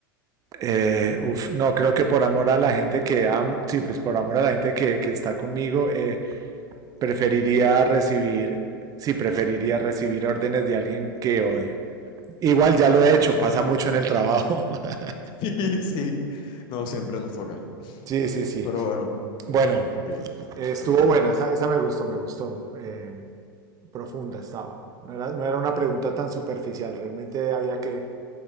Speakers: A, on the right; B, on the left.
A: Eh, uf, no, creo que por amor a la gente que amo, sí, pues por amor a la gente que, que está conmigo, eh, preferiría recibir, sí, preferiría recibir órdenes de alguien que odio. Igual ya lo he
B: Ok,
A: hecho, pasa mucho en el trabajo. <laughs>
B: <laughs> sí, sí. no, siempre nos toca.
A: sí, sí, sí.
B: Pero bueno,
A: Bueno,
B: ok,
A: eh, estuvo
B: dale, dale
A: buena,
B: tú,
A: esa,
B: hay
A: esa me gustó, me gustó. Eh, profunda estaba. No era, no era una pregunta tan superficial, realmente había que